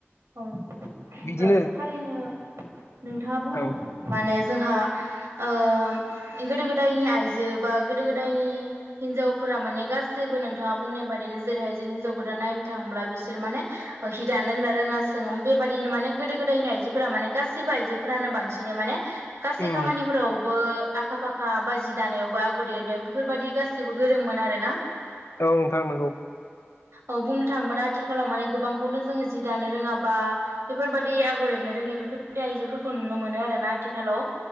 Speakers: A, on the right; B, on the left.
A: औ औ नंगौ
B: बिदिनो
A: थारैनो नोंथाङा बुंनाय
B: औ
A: बा माने जोंहा ओ गोदो गोदायनि आइजो बा गोदो गोदायनि हिनजावफोरा माने गासैबो नोंथाङा बुंनाय बादिनो जेरैहाय जों हिनजाव गोदान नायनो थांब्ला बिसोर माने हिदानो रोंगोना रोङा सोङोमोन बेबायादिनो माने गोदो गोदायनि आइजोफोरा माने गासिबो आइजोफोरानो बांसिनै माने गासै
B: उम
A: खामानिफोरावबो आखा फाखा बा जि दानायावबो बा आगर देरनायाव बेफोरबायदि गासैबो गोरोंमोन आरो ना
B: औ नोंथां नंगौ।
A: औ बुंनो थाङोबा दा आथिखालाव माने गोबांखौनो जोङो जि दानो रोङा बा बेफोरबायदि आगर एरनो रोङै बेफोरबायदि आइजोफोरखौ नुनो मोनो आरोना आथिखालाव